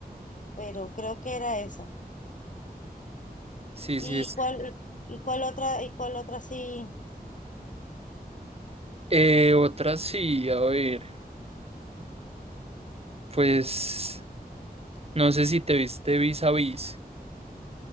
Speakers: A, on the left; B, on the right.
A: pero creo que era esa.
B: Sí,
A: ¿Y
B: sí es.
A: cuál, y cuál otra, y cuál otra sí?
B: Eh, otra sí, a ver, pues no sé si te viste Vis a Vis.